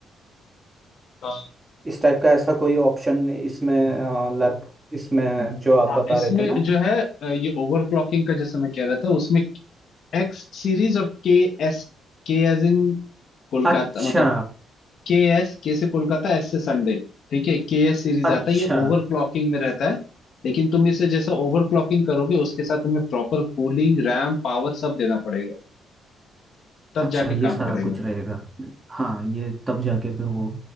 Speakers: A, on the left; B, on the right.
A: हाँ
B: इस टाइप का ऐसा कोई ऑप्शन इसमें लैप इसमें जो आप
A: हाँ,
B: बता
A: इसमें
B: रहे थे ना
A: जो है अ, ये ओवरक्लॉकिंग का जैसे मैं कह रहा था उसमें एक्स सीरीज और के एस के एज इन कोलकाता
B: अच्छा
A: मतलब के एस के से कोलकाता एस से संडे ठीक है के एस सीरीज
B: अच्छा
A: आता है ये ओवर क्लॉकिंग में रहता है लेकिन तुम इसे जैसा ओवर क्लॉकिंग करोगे उसके साथ तुम्हें प्रॉपर कूलिंग रैम पावर सब देना पड़ेगा तब
B: अच्छा
A: जाके
B: ये
A: काम
B: सारा
A: करेगा
B: कुछ रहेगा हाँ ये तब जाके फिर वो